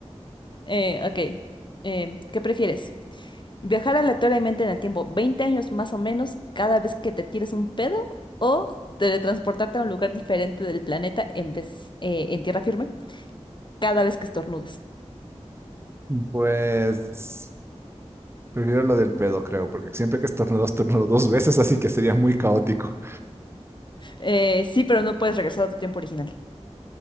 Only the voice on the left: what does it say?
Eh, ok, eh, ¿qué prefieres? ¿Viajar aleatoriamente en el tiempo 20 años más o menos cada vez que te tires un pedo? ¿O teletransportarte a un lugar diferente del planeta en vez, eh, en tierra firme? cada vez que estornudes.
Eh, sí, pero no puedes regresar a tu tiempo original.